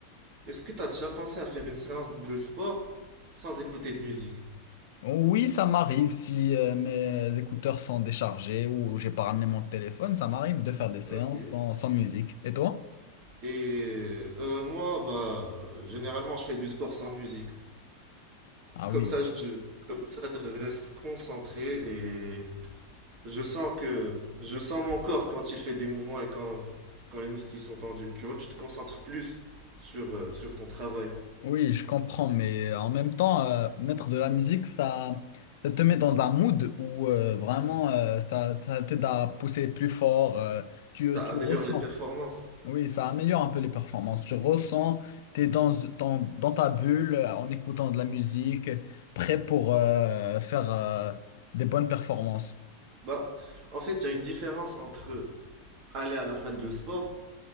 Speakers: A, on the right; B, on the left.
A: Est-ce que tu as déjà pensé à faire une séance de sport sans écouter de musique?
B: Oui, ça m'arrive si euh, mes écouteurs sont déchargés ou j'ai pas ramené mon téléphone, ça m'arrive de faire des séances
A: Ok.
B: sans, sans musique. Et toi?
A: Et euh, moi, bah, euh, généralement, je fais du sport sans musique.
B: Ah
A: Comme
B: oui,
A: ça, je, comme ça, je reste concentré et je sens que, je sens mon corps quand il fait des mouvements et quand, quand les muscles qui sont tendus. Tu vois, tu te concentres plus sur, euh, sur ton travail.
B: oui, je comprends, mais en même temps, euh, mettre de la musique, ça, ça te met dans un mood où euh, vraiment euh, ça, ça t'aide à pousser plus fort. euh, tu,
A: Ça
B: tu
A: améliore
B: ressens.
A: les performances.
B: Oui, ça améliore un peu les performances. Tu ressens, t'es dans, dans, dans ta bulle euh, en écoutant de la musique, prêt pour euh, faire euh, des bonnes performances.
A: Bah, en fait, il y a une différence entre aller à la salle de sport